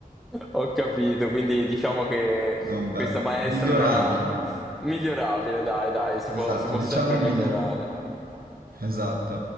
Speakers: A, in the centre; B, on the right (about 75°).
A: Ho capito, quindi diciamo che
B: non bello.
A: questa maestra
B: Migliorabile.
A: non ha... Migliorabile, dai, dai, si può,
B: Esatto,
A: si può
B: diciamo
A: sempre migliorare.
B: migliorabile. Esatto.